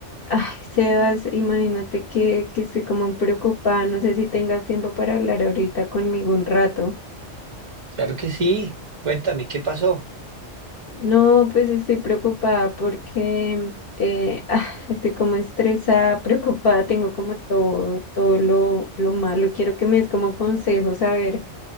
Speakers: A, on the left (about 55°); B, on the right (about 45°).
A: Ay, Sebas, imagínate que, que estoy como preocupada, no sé si tengas tiempo para hablar ahorita conmigo un rato.
B: Claro que sí. Cuéntame, ¿qué pasó?
A: No, pues estoy preocupada porque eh, <laughs> ah, estoy como estresada, preocupada, tengo como todo, todo lo, lo malo. Quiero que me des como consejos a ver